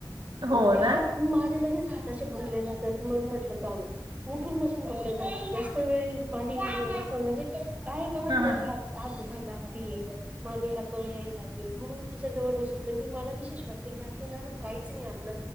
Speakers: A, on the right (about 75°); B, on the right (about 20°).
A: हो
B: त्या
A: ना
B: हात माझे लगेच हात असे भरले जातात, मग म्हटलं? जाऊदे उठून बसून कपडे धुवायचे, जास्त वेळ मांडी घालुन बसन म्हणजे काय <unintelligible>
A: हा हा.
B: हात दुखायला लागतील. मानेला कळ यायला लागेल, म्हणून त्याच्या जवळ बसून म्हणजे मला विशेष वाटतं, की आपण अजून काहीच नाही आपलं.